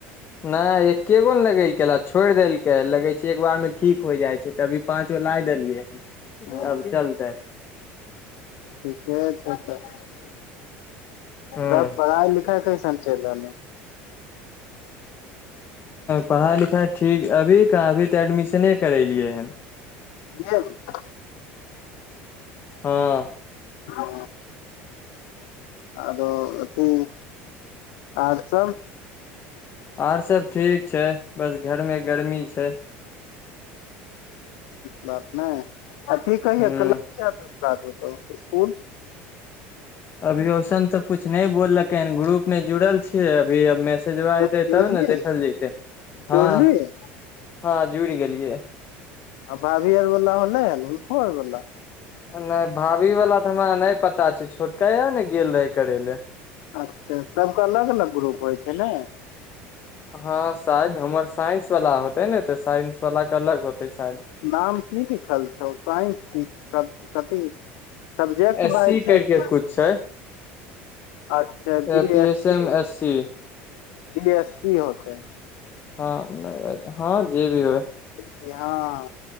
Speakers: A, on the left; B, on the left.
A: नहि एकेगो ने लगेलकै, छोड़ि देलकै लगै छै एक बार मे ठीक हो जाइ छै तभी पाँच गो ला देलियै हन,
B: हँ
A: तब चलतै।
B: ठीके छैय तऽ।
A: हूँ
B: तब पढ़ाई लिखाई कैसन चलि रहलौ।
A: पढ़ाई लिखाइ ठीक, अभी कहाँ अभी तऽ एडमिशने करेलियए हन।
B: बी एड मे।
A: हाँ।
B: हाँ, आरो। हुँ, आर सब
A: आर सब ठीक छैय बस घर में गर्मी छै।
B: बात नहि अथी कहया
A: हूँ
B: शुरुआत हेतो स्कूल।
A: अभी रोशन तऽ कुछ नहि बोललकै हन, ग्रुप मे जुड़ल छियै अभी मैसेजबा
B: जुड़ली
A: एते तब ने देखल जते,
B: जुड़ली
A: हाँ। हाँ जूड़ि गेलियैये।
B: आ भाभी आर बला हलै लुखुर बोला।
A: नहि भाभी वला तऽ हमरा नहि पता छै छोटका भैया ने गेल रहे करे ले।
B: अच्छा सबके अलग अलग ग्रुप होइ छै नै।
A: हाँ शायद हमर साइंस वला होते ने तऽ साइंस वला के अलग होतै शायद।
B: नाम की लिखल छौ साइंस की क कथी सब्जेक्ट
A: एस
B: भ जाइ
A: सी
B: छैय
A: करके
B: कि।
A: छै।
B: अच्छा B
A: A P
B: S C,
A: M S C
B: B S C होते।
A: हाँ नहि हाँ जे भी होए।
B: हाँ